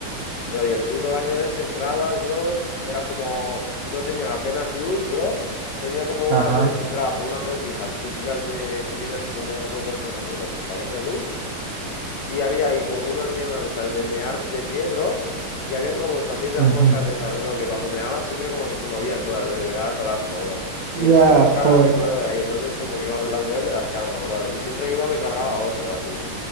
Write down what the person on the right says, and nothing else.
Ajá.
ujú.
Ya,
joder.